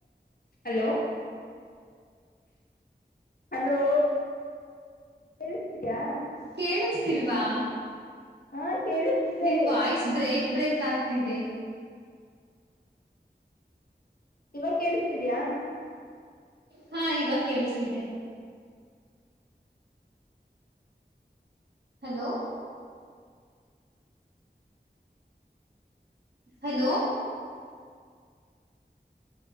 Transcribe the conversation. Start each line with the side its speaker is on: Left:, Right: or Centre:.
Left: ಹಲೋ ಹಲೋ ಕೇಳಿಸ್ತಿದಿಯ
Right: ಕೇಳಿಸತಿಲ್ವಾ
Left: ಹಾ ಕೇಳಿಸ್ತಿದೆ
Right: ನಿಮ್ ವಾಯ್ಸ್ ಬ್ರೇಕ್ ಬ್ರೇಕ್ ಆಗ್ತಿದೆ
Left: ಈವಾಗ ಕೇಳಿಸ್ತಿದಿಯ
Right: ಹಾ ಇವಾಗ ಕೇಳಿಸ್ತಿದೆ hello hello